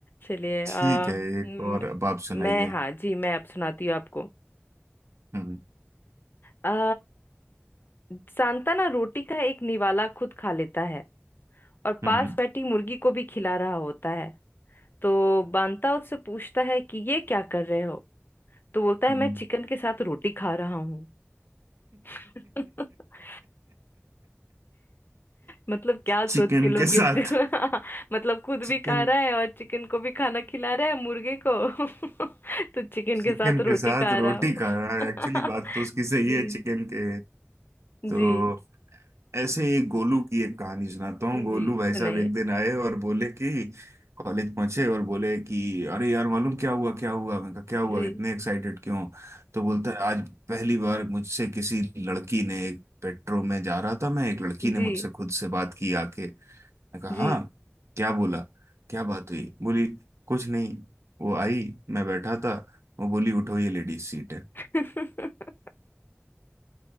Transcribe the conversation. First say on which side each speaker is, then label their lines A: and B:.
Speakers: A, on the left (about 50°); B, on the right (about 85°).
A: चलिए
B: ठीक
A: आ
B: है एक
A: म-
B: और अब आप सुनाइए
A: मैं हाँ जी मैं अब सुनाती हूँ आपको
B: हम्म
A: आ सांताना रोटी का एक निवाला खुद खा लेता है और
B: हम्म
A: पास बैठी मुर्गी को भी खिला रहा होता है तो बांता उससे पूछता है कि ये क्या कर रहे हो तो बोलता है
B: हम्म।
A: मैं चिकन के साथ रोटी खा रहा हूँ <laughs> मतलब क्या
B: चिकन
A: सोच के लोगे
B: के साथ
A: जो <laughs> मतलब खुद
B: चिकन
A: भी खा रहा है और चिकन को भी खाना खिला रहा है मुर्गे को <laughs> तो चिकन
B: चिकन
A: के साथ
B: के
A: रोटी
B: साथ
A: खा रहा
B: रोटी
A: हो
B: खा रहा है एक्चुअली बात
A: <laughs>
B: तो उसकी सही
A: जी
B: है चिकन के
A: जी
B: तो ऐसे ही गोलू की एक कहानी सुनाता हूँ गोलू
A: जी
B: भाई
A: सुनाइए
B: साहब एक दिन आए और बोले कि कॉलेज पहुंचे और बोले कि अरे यार मालूम क्या हुआ क्या हुआ मैं कहा क्या हुआ
A: जी
B: इतने एक्साइटेड क्यों तो बोलता है आज पहली बार मुझसे किसी लड़की ने एक पेट्रो में जा रहा था मैं एक लड़की
A: जी
B: ने मुझसे खुद से बात की आके मैं कहा
A: जी
B: हाँ क्या बोला क्या बात हुई बोली कुछ नहीं वो आई मैं बैठा था वो बोली उठो ये लेडीज सीट है
A: <laughs>